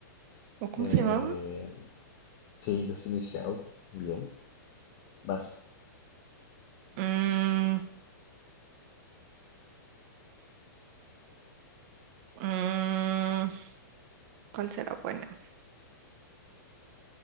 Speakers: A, on the right; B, on the left.
A: ¿O cómo
B: Eh,
A: se llamaba?
B: sí, Destiny's Child. Bien. Vas.
A: Mm, mm, ¿cuál será buena?